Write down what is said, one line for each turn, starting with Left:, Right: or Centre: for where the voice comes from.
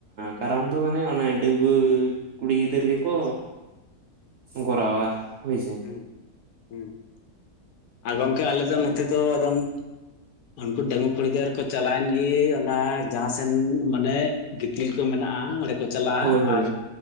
Right: ᱠᱟᱨᱟᱢ
Left: ᱦᱮᱸ
Right: ᱫᱚ ᱢᱟᱱᱮ ᱚᱱ ᱰᱟᱺᱜᱣᱟᱹ ᱠᱩᱲᱤ ᱜᱤᱫᱟᱹᱨ ᱜᱮᱠᱚ ᱠᱚᱨᱟᱣᱟ ᱦᱳᱭ ᱥᱮ
Left: ᱦᱮᱸ ᱦᱮᱸ ᱟᱨ ᱜᱚᱢᱠᱮ ᱟᱞᱮ ᱫᱚ ᱱᱚᱛᱮ ᱫᱚ ᱮᱠᱫᱚᱢ ᱩᱱᱠᱩ ᱰᱟᱺᱜᱣᱩ ᱠᱩᱲᱤ ᱜᱤᱫᱽᱨᱟᱹᱨ ᱠᱚ ᱪᱟᱞᱟᱣᱮᱱ ᱜᱮ ᱚᱱᱟ ᱡᱟᱦᱟᱸᱥᱱ ᱢᱟᱱᱮ ᱜᱤᱛᱤᱞ ᱠᱚ ᱢᱮ ᱢᱮᱱᱟᱜᱼᱟ᱾ ᱠᱚ ᱪᱟᱞᱟᱜᱼᱟ
Right: ᱦᱳᱭ ᱦᱳᱭ
Left: ᱟᱨ